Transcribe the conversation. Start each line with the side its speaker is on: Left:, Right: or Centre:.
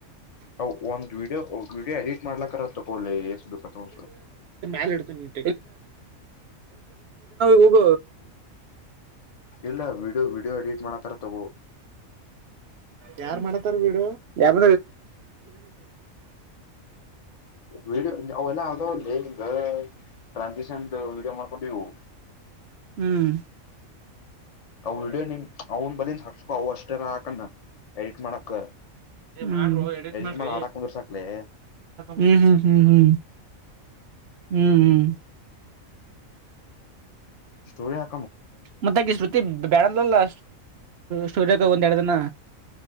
Left: ಹ ಒಂದ್ ವಿಡಿಯೋ ವಿಡಿಯೋ ಎಡಿಟ್ ಮಾಡ್ಲಕ್ಕ ತಗೊಲ್ಲ ಎಷ್ಟ ಬೇಕತ್ ಹೊ
Right: ನ ಹೋಗ
Left: ಇಲ್ಲ ವಿಡಿಯೋ ವಿಡಿಯೋ ಎಡಿಟ್ ಮಾಡಕಾರ ತಗೋ
Right: ಯಾರ್ ಮಾಡತಾರ ವಿಡಿಯೋ ಯಾರ
Left: ವಿಡಿಯೋ ಅವೆಲ್ಲ ಅದಾವ ಅಲ್ಲಿ ಲೇ ಈಗ ಟ್ರಾನ್ಸಾಕ್ಷನ್ ವಿಡಿಯೋ ಮಾಡಕೊಂಡ ಹವೋ
Right: ಹ್ಮ್
Left: ಅವ ವಿಡಿಯೋ ನಿಮ ಅವನ್ ಬಲಿಂದ ಹಾಕ್ಸ್ಕೊ ಅವ ಅಷ್ಟೆರ ಹಾಕಣ ಎಡಿಟ್ ಮಾಡಕ್
Right: ಏ ಮಾಡ್ರೋ
Left: ಎಡಿಟ್
Right: ಮಾಡ್ರಿ
Left: ಮಾಡ ಹಾಡಾಕ್ ಮುಂದರ್ಸಕ್ಲೆ
Right: ಹ್ಮ್ ಹ್ಮ್ ಹ್ಮ್ ಹ್ಮ್ ಹ್ಮ್ ಹ್ಮ್
Left: ಸ್ಟೋರಿ ಹ
Right: ಮತ್ತಾಗಿ ಶ್ರುತಿ ಬ್ಯಾಡದಲ್ಲ ಸ್ಟೂಡಿಯೋಗೆ ಒಂದ್ ಎರಡು ದಿನ